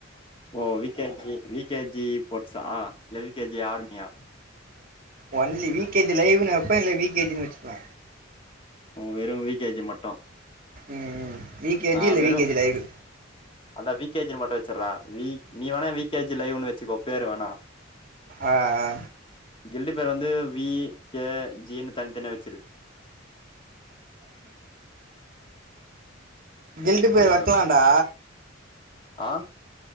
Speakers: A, on the left (about 25°); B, on the right (about 45°).
A: ஓ V K G VK G போர்ட்ஸா இல்ல விகேஜி ஆர்மியா
B: ஒன்லி வி கே ஜி லைவ்ன்னு வைப்பன் இல்ல விகேஜின்னு வச்சுப்பே
A: வெறும் வி கே ஜி மட்டு
B: ம்ம் வி கேஜி
A: ஆ
B: இல்ல
A: வெறும்
B: வி கேஜி லயரு
A: அதா வி கே ஜி மட்டு வச்சிடறா வி நீ வேணா வி கே ஜி லைவ்ன்னு வச்சுக்கோ பேரு வேணா
B: ஆ ஆ ஆ
A: கெண்டு பேர் வந்து வி கே ஜினு தன்த்தனியா வச்சிரு
B: கில்டு பேர்
A: நல்லா
B: வைக்கலான்டா
A: இருக்கோபா அ